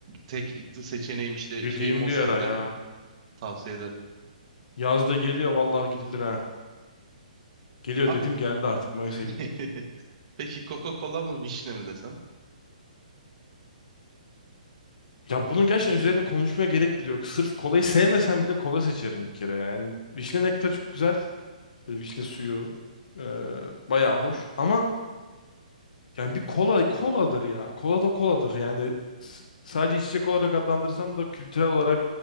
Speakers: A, on the right; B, on the left.
A: tek itti seçeneğim işte
B: Gideyim
A: şeyim olsaydı
B: bir ara ya.
A: tavsiye ederim.
B: Yaz da geliyor vallahi gidilir ha. Geliyor
A: Abi
B: dedim geldi artık Mayıs'a
A: <laughs>
B: girdik.
A: peki Coca-Cola mı vişne mi desem?
B: Ya bunun gerçekten üzerine konuşmaya gerek bile yok. Sırf kolayı sevmesem bile kola seçerim bir kere ya. Yani vişne nektarı çok güzel. Böyle vişne suyu e, bayağı hoş. Ama yani bir kola koladır ya. Kola da koladır yani. S- sadece içecek olarak adlandırsam da kültürel olarak